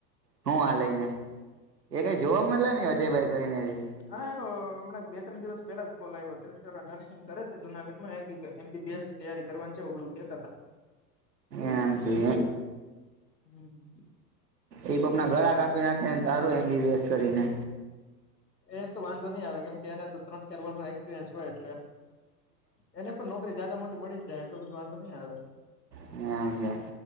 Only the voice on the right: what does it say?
હું આ લઈને એ કઈ જોવા મળલા નઈ અજયભાઈ કરીને જ
એમ છે.
એક કોક ના ગળા કાપી નાખે ને તારું એમ બી બીએસ કરીને.
હમમ છે